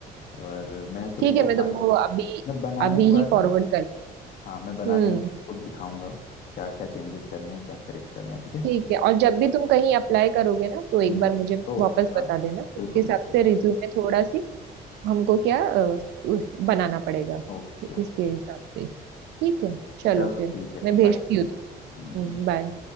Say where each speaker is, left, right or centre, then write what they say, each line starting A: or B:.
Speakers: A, on the left (about 60°); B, on the right (about 80°).
A: और मैं तुमको
B: ठीक है मैं
A: फाइल
B: तुमको अभी
A: मैं बनाने
B: अभी
A: के बाद
B: ही फॉरवर्ड
A: ना
B: कर
A: हाँ मैं बनाने
B: हम्म
A: के बाद तुमको दिखाऊंगा क्या क्या चेंजेस करने हैं क्या करेक्ट करना है ठीक है
B: ठीक है और जब भी तुम कहीं अप्लाई करोगे ना तो एक
A: हम्म
B: बार मुझे
A: तो
B: वापस
A: हाँ
B: बता देना
A: बिल्कुल
B: उसके हिसाब
A: बिल्कुल
B: से रिज्यूमे थोड़ा सी हमको क्या अ, उह, बनाना पड़ेगा
A: Okay okay
B: इसके हिसाब से ठीक है चलो
A: चलो
B: फिर
A: ठीक है
B: मैं भेजती
A: बाय
B: हूँ तो
A: हम्म।
B: बाय